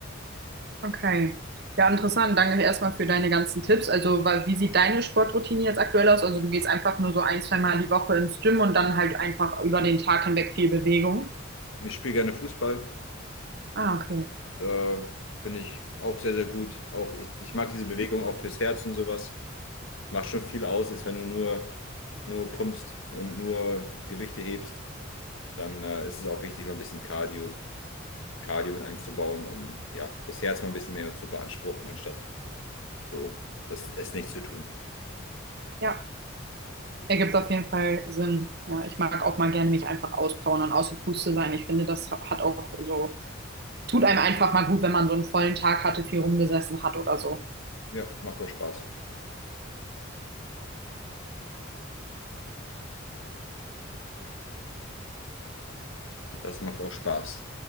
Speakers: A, on the right; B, on the left.
A: Okay. Ja, interessant. Danke erstmal für deine ganzen Tipps. Also, wa- wie sieht deine Sportroutine jetzt aktuell aus? Also, du gehst einfach nur so ein, zwei Mal die Woche ins Gym und dann halt einfach über den Tag hinweg viel Bewegung.
B: ich spiele gerne Fußball.
A: Ah, okay.
B: Äh, finde ich auch sehr, sehr gut. Auch ich, ich mag diese Bewegung auch fürs Herz und sowas. Macht schon viel aus, als wenn du nur, nur pumpst und nur Gewichte hebst. Dann äh, ist es auch wichtig, mal ein bisschen Cardio, Cardio mit einzubauen, um ja, das Herz mal ein bisschen mehr zu beanspruchen, anstatt so das es nicht zu tun.
A: Ja, ergibt auf jeden Fall Sinn. Ja, ich mag auch mal gerne mich einfach auspowern und aus der Puste sein. Ich finde, das hat auch so, tut einem einfach mal gut, wenn man so einen vollen Tag hatte, viel rumgesessen hat oder so.
B: Ja, macht auch Spaß. Das macht auch Spaß.